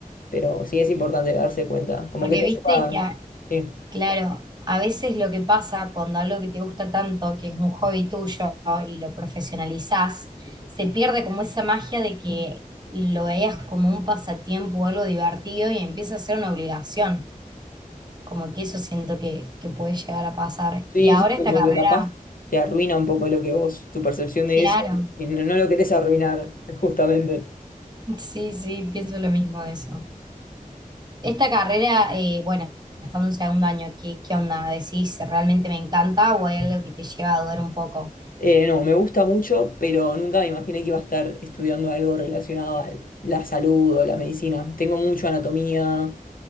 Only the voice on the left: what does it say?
pero sí es importante darse cuenta, como
que te
ayuda.
sí.
Sí,
sí,
como
que capaz te arruina un poco lo que vos, tu percepción de
eso, y no, no lo querés arruinar, <laughs> justamente.
Eh, no, me gusta mucho, pero nunca me imaginé que iba a estar estudiando algo relacionado a la salud o la medicina. Tengo mucho anatomía,